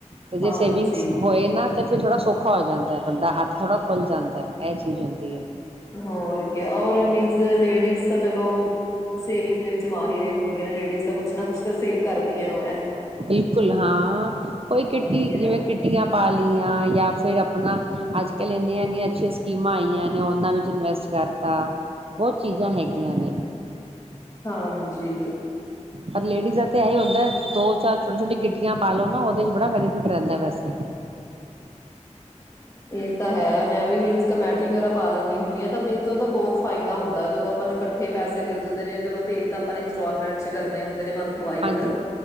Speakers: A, on the right (about 50°); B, on the left (about 25°).
A: ਤੇ ਜੇ
B: ਹਾਂਜੀ,
A: ਸੇਵਿੰਗਸ ਹੋਏ ਨਾ, ਫਿਰ ਥੋੜਾ ਸੋ ਖਾ ਹੋ ਜਾਂਦਾ ਬੰਦਾ। ਹੱਥ ਥੋੜਾ ਖੁੱਲ ਜਾਂਦੈ, ਐਹ ਚੀਜ਼ ਹੁੰਦੀ ਐ।
B: ਹੋਰ ਕਿਆ, ਔਰ ਮੀਨਜ਼ ਲੇਡੀਜ਼ ਤਾਂ ਚਲੋ ਸੇਵਿੰਗ ਦੇ ਵਿੱਚ ਮਾਹਿਰ ਏ ਹੁੰਦ ਦੀਆਂ ਨੇ ਲੇਡੀਜ਼ ਤਾਂ ਕੁਛ ਨਾ ਕੁੱਛ ਤਾਂ ਸੇਵ ਕਰਦੀਆਂ ਵੈਂ।
A: ਬਿਲਕੁਲ ਹਾਂ ਕੋਈ ਕਿੱਟੀ
B: ਕਿਆ।
A: ਜਿਵੇਂ ਕਿੱਟੀਆਂ ਪਾ ਲਈ ਜਾਂ ਫਿਰ ਆਪਣਾ ਅੱਜ ਕੱਲ ਇੰਨੀਆਂ ਇਨੀਆਂ ਅੱਛੀਆਂ ਸਕੀਮਾਂ ਆਈਆਂ ਨੇ, ਉਹਨਾਂ ਵਿੱਚ ਇਨਵੈਸਟ ਕਰਤਾ ਬਹੁਤ ਚੀਜ਼ਾਂ ਹੈਗੀਆਂ ਨੇ।
B: ਹਾਂਜੀ
A: ਪਰ ਲੇਡੀਜ਼ ਦਾ ਤੇ ਇਹੀ ਹੁੰਦਾ ਦੋ ਚਾਰ ਛੋਟੀ ਛੋਟੀ ਕਿੱਟੀਆਂ ਪਾਲੋ ਨਾ ਉਹਦੇ 'ਚ ਬੜਾ ਬੈਨੀਫਿਟ ਰਹਿੰਦਾ ਵੈਸੇ
B: ਇਹ ਤਾਂ ਹੈ ਮੈਂ ਵੀ ਮੀਨਸ ਕਮੇਟੀ ਵਗੈਰਾ ਪਾ ਲੈਂ ਹੁੰਦੀ ਆਾਂ ਤਾਂ ਮੀਨਸ ਉਹਦਾ ਬਹੁਤ ਫਾਇਦਾ ਹੁੰਦਾ ਹੈ ਜਦੋਂ ਆਪਾਂ ਨੂੰ ਇਕੱਠੇ ਪੈਸੇ ਮਿਲ ਜਾਂਦੇ ਨੇ ਜਦੋ ਪੇ ਤਾਂ ਆਪਾਂ ਇੰਸਟਾਲਮੈਂਟ 'ਚ ਕਰਨੇ ਹੁੰਦੇ ਨੇ।
A: ਹਾਂਜੀ